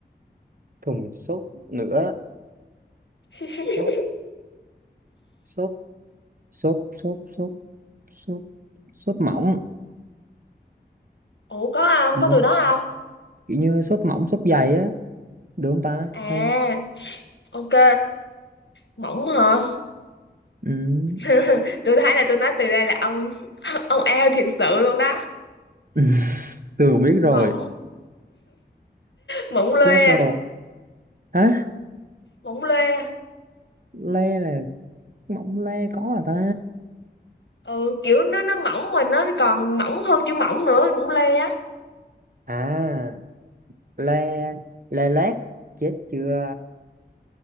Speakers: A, on the right (about 50°); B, on the left (about 85°).
A: thùng sốt nữa.
B: <laughs>
A: Sốt, sốt, sốt, sốt, sốt, sốt, sốt mỏng.
B: ủa có không
A: Được
B: có
A: không?
B: từ đó không
A: Kiểu như sốt mỏng, sốt dày á. Được không ta?
B: à
A: Hay.
B: ok mỏng hả
A: Ừ.
B: <laughs> tôi thấy là tôi nói từ đây là ông <laughs> ông eo thiệt sự luôn đó
A: Ừ. <laughs> Từ biết rồi.
B: mỏng mỏng lê
A: Biết rồi.
B: à,
A: Hả?
B: mỏng lê à.
A: Le là mỏng le có à ta?
B: ừ kiểu nó nó mỏng mình nó còn mỏng hơn chữ mỏng nữa mỏng lê á
A: À. lê lê lét chết chưa